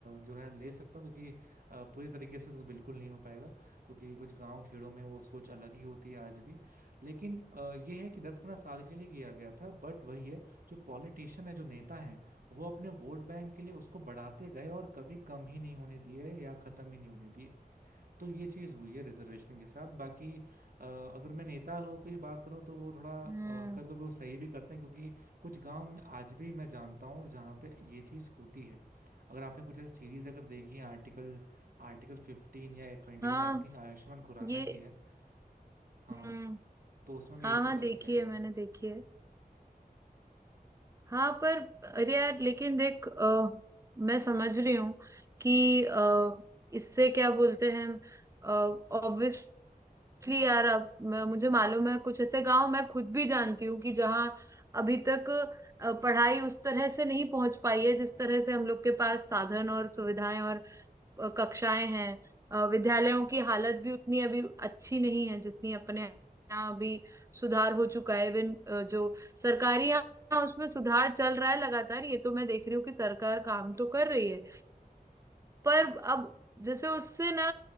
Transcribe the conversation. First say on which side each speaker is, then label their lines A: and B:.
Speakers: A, on the right; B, on the right.
A: जो है ले सकता हूँ क्योंकि अ, पूरी तरीके से तो बिल्कुल नहीं हो पाएगा क्योंकि कुछ गांव खेड़ों में वो सोच अलग ही होती है आज भी लेकिन अ, ये है कि दस पंद्रह साल के लिए किया गया था बट वही है जो पॉलिटिशियन है जो नेता है वो अपने वोट बैंक के लिए उसको बढ़ाते गए और कभी कम ही नहीं होने दिए या खत्म ही नहीं होने दिए तो ये चीज हुई है रिजर्वेशन के साथ बाकी अ, अगर मैं नेता लोगों की बात करूं तो वो थोड़ा
B: हम्म
A: कभी कभी वो सही भी करते हैं क्योंकि कुछ गांव में आज भी मैं जानता हूं जहां पे ये चीज होती है अगर आपने कुछ ऐसी सीरीज अगर देखी है आर्टिकल आर्टिकल फिफ्टीन या twenty
B: हाँ
A: one I think Ayushmann Khurrana
B: ये
A: की है हाँ
B: हम्म
A: तो उसमें भी
B: हाँ
A: यही सब
B: हाँ
A: बताया
B: देखी
A: गया
B: है मैंने
A: है
B: देखी है हाँ पर अरे यार लेकिन देख अ, मैं समझ रही हूँ कि अ, इससे क्या बोलते हैं ऑब्वियसली यार अब मैं- मुझे मालूम है कुछ ऐसे गांव मैं खुद भी जानती हूँ कि जहाँ अभी तक अ, पढ़ाई उस तरह से नहीं पहुंच पाई है जिस तरह से हम लोग के पास साधन और सुविधाएं और अ, कक्षाएं हैं अ, विद्यालयों की हालत भी उतनी अभी अच्छी नहीं है जितनी अपने यहाँ अभी सुधार हो चुका है इवन जो सरकारी यहाँ उसमें सुधार चल रहा है लगातार ये तो मैं देख रही हूँ कि सरकार काम तो कर रही है पर अब जैसे उससे ना